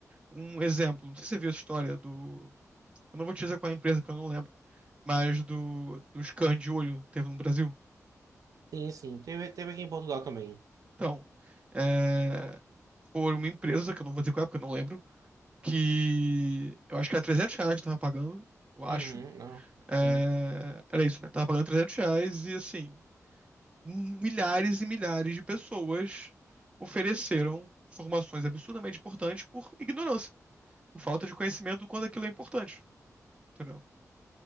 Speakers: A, on the right (about 20°); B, on the right (about 80°).
A: Um exemplo, não sei se você viu essa história do. Eu não vou te dizer qual é a empresa, porque eu não lembro, mas do, do scan de olho teve no Brasil.
B: Sim, sim. Teve, teve aqui em Portugal também.
A: Então, é, foi uma empresa, que eu não vou dizer qual é, porque eu não lembro, que eu acho que era 300 reais que tava pagando, eu acho.
B: Uhum, não.
A: É,
B: Sim.
A: era isso, né? Tava pagando 300 reais e assim. milhares e milhares de pessoas ofereceram informações absurdamente importantes por ignorância, por falta de conhecimento do quanto aquilo é importante, entendeu?